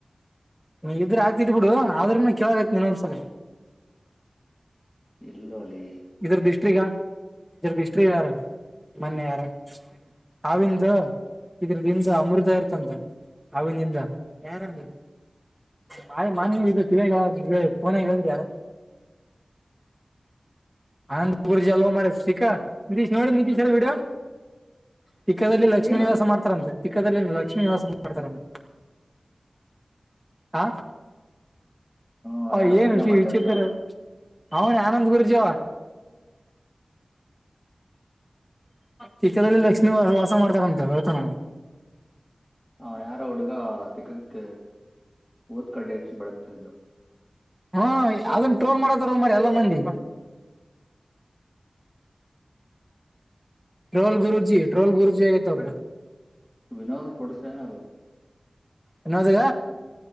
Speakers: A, in the centre; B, on the left.
A: ನೀ ಇದ್ರೆ ಆಗ್ತಿದ ಬಿಡು ಆದ್ರ್ಮ ಕೆೇಾಗತಿ ನೀನ್ೊಂದ್ಸಲ
B: ಎಲ್ಲೋ ಅಲ್ಲಿ
A: ಇದ್ರದ್ದ ಹಿಸ್ಟ್ರಗ ಇದ್ರದ ಹಿಸ್ಟ್ರಿ ಯಾರ ಮೊನ್ನೆ ಯಾರ ಹಾವಿಂದ <inaudible> ಇದ್ರದಿಂದ ಅಮೃತ ಇರ್ತಂತ ಅವಿನಿಂದ ಯಾರಂದ ಮಾಯ ಮಾನ್ಯವ ಇಿವಗ ಪೋನದ್ರಿ ಯಾರ <inaudible> ಆನಂದ ಗುರ್ ಜಲ್ ಮರ ಸಿಕ್ಕಾ ನಿತೀಶ್ ನೋಡಿ ನಿತೀಶ್ರ ವಿಡಿಯೋ ಚಿಕ್ಕದಲ್ಲಿ ಲಕ್ಷ್ಮೀ
B: ಏನು
A: ನಿವಾಸ ಮಾಡ್ತಾರಂತೆ ಚಿಕ್ಕದಲ್ಲಿ ಲಕ್ಷ್ಮೀ ನಿವಾಸ ಮಾಡ್ತಾರಂತೆ ಹಾ
B: ಅವನು
A: ಹ
B: ಯಾರೋ
A: ಏನುಚಿ
B: ಪೂಜೆ ಮಾಡ್ತಾ
A: ವಿಚತ್ರರ
B: ಇರ್ತಾನಲ್ಲ
A: ಅವನ ಆನಂದ್ ಗುರುಜಿ ಚೀಕ್ಕದಲ್ಲಿ ಲಕ್ಷ್ಮೀ ವಾಸ ಮಾಡ್ತಾರಂತ ಹೇಳ್ತ ನಾವು
B: ಅವ್ನ್ ಯಾರ ಹುಡುಗ ತಿಗಕ್ ಓದ್ ಕಡೆ ಹೆಚ್ಚಿ ಬಳಗ್ತ್ದ
A: ಹಾ ಅದನ್ನ ಟ್ರೋಲ್ ಮಾಡತೋಲ್ ಮಾಡಿ ಎಲ್ಲ ಮಂದಿ ಟ್ರೊಲ್ ಗುರುಜಿ ಟ್ರೋಲ್ ಗುರುಜಿ ಆಗತ ಅವ್ರಗ
B: ವಿನೋದ್ ಕೊಡ್ಸನಾರು
A: ವಿನೋದ್